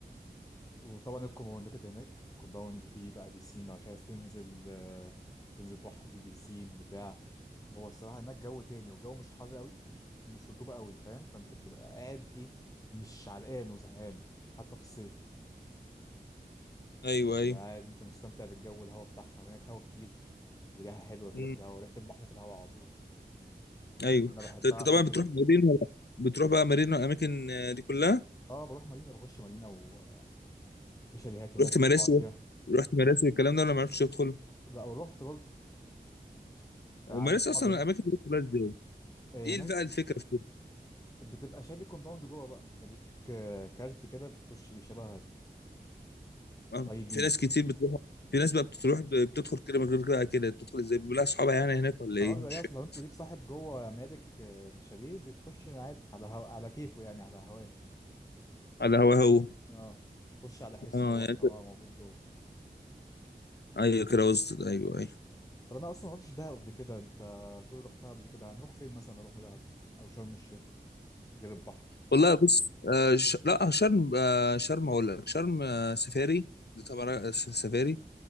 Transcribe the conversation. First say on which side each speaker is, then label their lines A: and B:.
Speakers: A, on the left; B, on the left.
A: وطبعا الكومباوندات اللي هناك كومباوند فيه بقى بيسين لو مش عايز تنزل آه، تنزل بحر فيه بيسين بتاع هو الصراحة هناك جو تاني والجو مش حر قوي ومش رطوبة قوي فاهم فانت بتبقى قاعد ايه مش عرقان وزهقان حتى في الصيف
B: ايوه ايوه
A: تبقى قاعد انت مستمتع بالجو والهوا بتاعها وهناك هوا كتير وريحة حلوة كده
B: مم.
A: في الهوا وريحة البحر في الهوا على طول
B: ايوه
A: انا بحبها
B: طب انت
A: عشان
B: طبعا
A: كده
B: بتروح مارينا ولا بتروح بقى مارينا والاماكن آه، دي كلها
A: اه بروح مارينا بخش مارينا وفي شاليهات هناك
B: رحت مراسي
A: بقعد فيها
B: رحت مراسي الكلام ده ولا ما عرفتش تدخل
A: لا ورحت برضه كان
B: هم
A: عندي
B: لسه
A: صحاب
B: اصلا
A: هناك
B: الاماكن دي كلها ازاي؟
A: آه،
B: ايه
A: هناك
B: بقى الفكره في كده؟
A: بتبقى شاري كومباوند جوه بقى بيبقى ليك آه، كارت كده بتخش بيه شبه
B: آه،
A: الاي دي
B: في ناس كتير بتروح في ناس بقى بتروح ب- بتدخل كده من غير كده كده بتدخل ازاي؟ بيبقى لها اصحابها يعني هناك ولا
A: اه
B: ايه؟
A: بيبقى
B: مش
A: ليه
B: فاهم
A: أصل لو انت ليك صاحب جوه مالك آه، الشاليه بتخش عادي على هو... على كيفه يعني على هواه
B: على هو هو
A: اه تخش على حسه
B: اه
A: هو
B: يعني
A: عشان
B: أنت-
A: هو موجود جوه
B: ايوه كده وسط ايوه ايوه
A: طب انا اصلا ما رحتش دهب قبل كده انت بتقول رحتها قبل كده هنروح فين مثلا لو رحنا دهب او شرم الشيخ غير البحر
B: والله بص آه ش... لا شرم آه شرم اقول لك شرم آه سفاري دي طبعا آه، س- سفاري